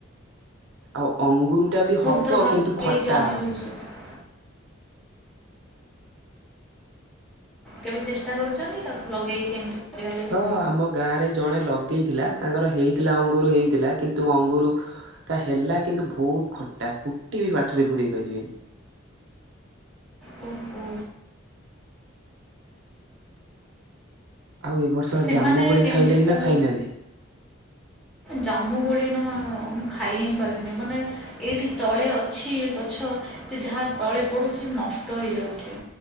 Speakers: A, on the right; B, in the centre.
A: ଆଉ ଅଙ୍ଗୁରୁ ଟା ବି
B: ମୁଁ
A: ହବ
B: ତୋର ଭାବିକି
A: କିନ୍ତୁ ଖଟା
B: ଏଇ ଯେଉଁ ଆମେ
A: ହବ।
B: ଯେଉଁ ସବୁ କେବେ ଚେଷ୍ଟା କରୁଚନ୍ତି ତାକୁ ଲଗେଇକି ଏମିତି? କରିବା ଲାଗି
A: ହଁ ଆମ ଗାଁରେ ଜଣେ ଲଗ ଲଗେଇଥିଲା ତାଙ୍କର ହେଇଥିଲା ଅଙ୍ଗୁରୁ ହେଇଥିଲା କିନ୍ତୁ ଅଙ୍ଗୁୁରୁ ତା ହେଲା କିନ୍ତୁ ବହୁତ୍ ଖ ତାକୁ କୁଟି ପାଟିରେ ବୁରେଇ ପାରିବେନି।
B: ହୁଁ
A: ଆଉ ଏ ବର୍ଷ
B: ସେମାନେ
A: ଜାମୁ କୋଳି
B: କେମିତି
A: ଖାଇଲେନି
B: କେଉଁ
A: ନାଁ ଖାଇନାହାନ୍ତି?
B: ଜାମୁ କୋଳି ନାଁ ମୁଁ ଖାଇ ହିଁ ପାରେନି ମାନେ ଏଇଠି ତଳେ ଅଛି ଗଛ ସେ ଯାହା ତଳେ ପଡୁଚି ନଷ୍ଟ ହେଇଯାଉଚି।